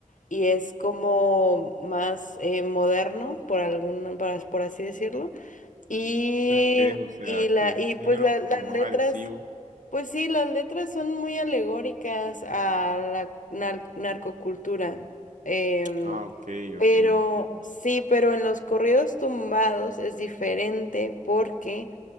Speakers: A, on the left (about 75°); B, on the right (about 70°).
A: y es como más eh, moderno, por algún, por por así decirlo. Y,
B: ¿Pero qué es? O sea,
A: y, la,
B: que es
A: y
B: un
A: pues
B: género
A: la-
B: como
A: las
B: más
A: letras...
B: agresivo.
A: Pues sí, las letras son muy alegóricas a la nar- narcocultura. Em,
B: Ah, ok,
A: pero
B: ok, ya entiendo.
A: sí, pero en los corridos tumbados es diferente porque